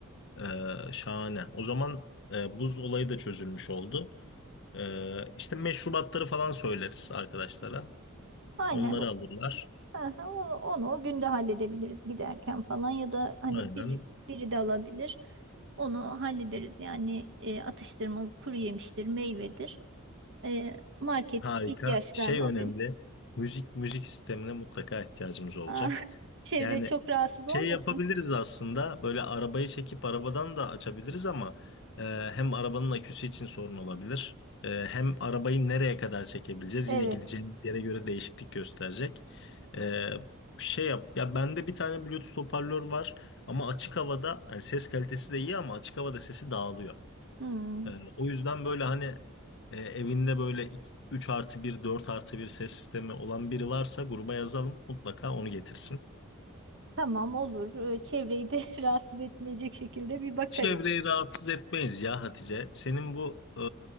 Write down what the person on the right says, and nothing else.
Aynen
Aha, onu, onu o günde halledebiliriz giderken falan ya da hani
bir, biri de alabilir. Onu hallederiz yani e, atıştırmalık kuru yemiştir, meyvedir. E, market
ihtiyaçlarını
o gün.
Ah, <laughs> çevre
çok rahatsız
olmasın.
Evet.
Hmm,
tamam olur. E, Çevreyi de <laughs> rahatsız etmeyecek şekilde bir bakarız.